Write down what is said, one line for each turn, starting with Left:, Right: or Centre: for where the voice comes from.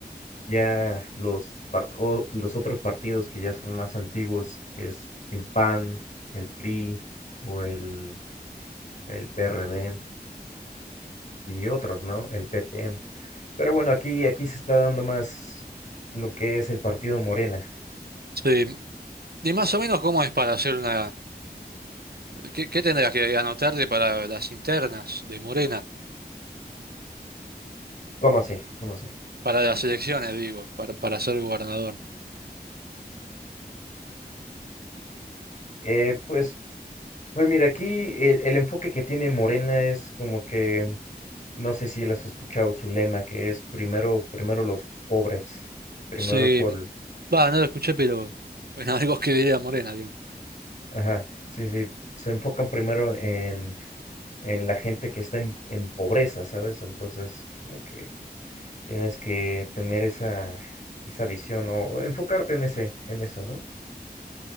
Left: Ya los, par- o los otros partidos que ya son más antiguos, que es el PAN, el PRI o el, el PRD y otros, ¿no? El PT. Pero bueno, aquí, aquí se está dando más lo que es el partido Morena.
Right: sí. Y más o menos cómo es para hacer una... ¿Qué, qué tendrás que anotarte para las internas de Morena?
Left: ¿Cómo así? ¿Cómo así?
Right: Para las elecciones, digo, para, para ser gobernador.
Left: Eh, pues, pues mira, aquí el, el enfoque que tiene Morena es como que, no sé si él has escuchado su lema, que es primero, primero los pobres, primero
Right: Sí.
Left: el pueblo.
Right: Va, no lo escuché, pero... Bueno, <laughs> algo que diría Morena, digamos.
Left: Ajá, sí, sí, se enfocan primero en, en la gente que está en, en pobreza, ¿sabes? Entonces, como que tienes que tener esa, esa visión o enfocarte en ese, en eso, ¿no?